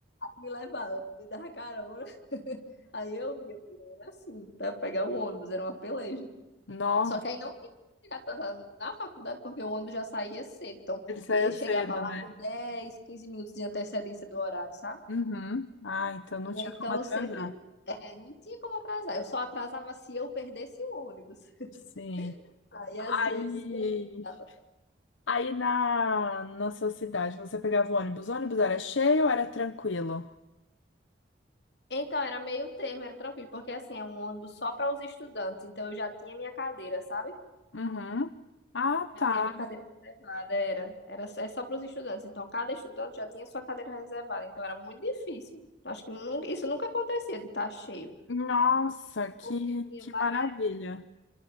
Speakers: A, on the left; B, on the left.
A: me levava, me dava carona. <laughs> Aí eu ia, era assim, pra pegar o ônibus, era uma peleja.
B: Nossa,
A: Só que aí não tinha como chegar atrasado na faculdade, porque o ônibus já saía cedo. Então,
B: ele saía
A: ele chegava
B: cedo,
A: lá
B: né?
A: com 10, 15 minutos de antecedência do horário, sabe?
B: Uhum. Ah, então não
A: E
B: tinha
A: aí,
B: como
A: então
B: atrasar.
A: eu sempre. é, não tinha como atrasar. Eu só atrasava se eu perdesse o ônibus. <laughs>
B: Sim.
A: Aí, às
B: Aí,
A: vezes, que eu atrasava.
B: aí na, na sua cidade, você pegava o ônibus? O ônibus era cheio ou era tranquilo?
A: Então, era meio termo, era tranquilo, porque assim, é um ônibus só para os estudantes. Então, eu já tinha minha cadeira, sabe?
B: Uhum. Ah,
A: Já
B: tá.
A: tinha minha cadeira reservada, era. Era só- é só para os estudantes. Então, cada estudante já tinha sua cadeira reservada. Então, era muito difícil. Eu Acho que nun- isso nunca acontecia de estar cheio.
B: Nossa, que,
A: Porque tinha,
B: que
A: vari-
B: maravilha.